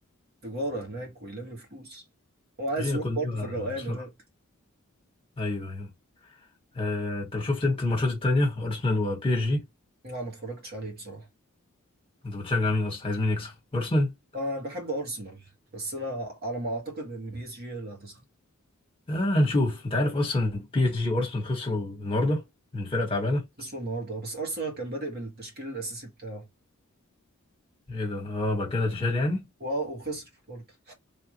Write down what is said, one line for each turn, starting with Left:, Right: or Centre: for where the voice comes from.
Right: تجارة هناك ويلم فلوس هو عايز
Left: هي
Right: يروح
Left: كلها
Right: برضه في الروقان
Left: مصلحة
Right: هناك
Left: ايوه ايوه آه، طب شفت انت الماتشات التانية ارسنال وبي اس جي
Right: لا ما اتفرجتش عليه بصراحة
Left: انت بتشجع مين اصلا عايز مين يكسب ارسنال
Right: أنا بحب أرسنال بس أنا على ما أعتقد إن بي إس جي هي اللي هتصعد
Left: آه هنشوف انت عارف اصلا بي اس جي وارسنال خسروا النهارده من فرقة تعبانة
Right: خسروا النهاردة بس أرسنال كان بادئ بالتشكيل الأساسي بتاعه
Left: ايه ده اه بعد كده تشال يعني
Right: وآه وخسر برضه